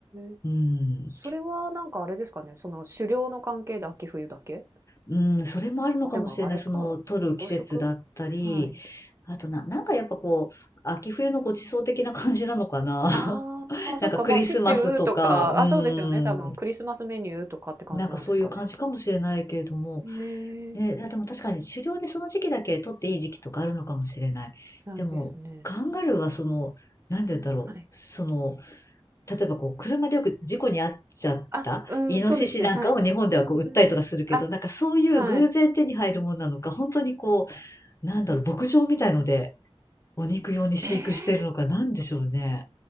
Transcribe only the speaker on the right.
え。
それはなんかあれですかね、その狩猟の関係で秋冬だけ？
あ、でもあれか、
養殖？
はい。
ああ、まあそっか、
ま、あシチューとか、
あ、そうですよね、多分クリスマスメニューとかって感じなんですかね。
へ
え、
ないですね。
はい。
あ、うん、そうですね、はい。うんうん。
あ、
はい。
ええ。